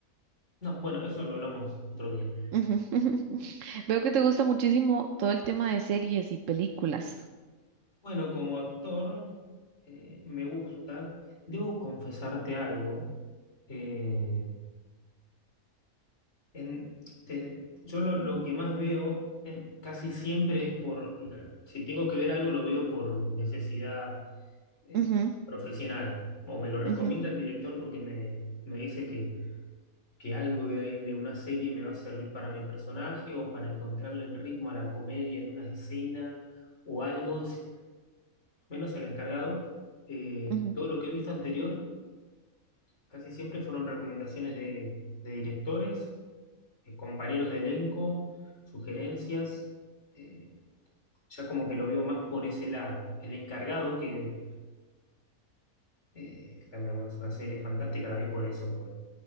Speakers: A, on the left; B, on the right.
A: no, bueno, eso lo hablamos otro día.
B: ujú. <laughs> Veo que te gusta muchísimo todo el tema de series y películas.
A: Bueno, como actor, eh, me gusta. Debo confesarte algo. Eh, en- te- yo lo, lo que más veo eh, casi siempre es por, la- si tengo que ver algo, lo veo por necesidad eh,
B: Ujú,
A: profesional. O me lo recomienda
B: ujú.
A: el director porque me, me dice que, que algo de ahí, de una serie, me va a servir para mi personaje o para encontrarle el ritmo a la comedia en una escena o algo, si- menos el encargado. eh,
B: Ujú,
A: todo lo que he visto anterior casi siempre fueron recomendaciones de, de directores eh, compañeros de elenco, sugerencias, eh, ya como que lo veo más por ese lado. El encargado, que, eh, que también bueno, es una serie fantástica, la vi por eso, por,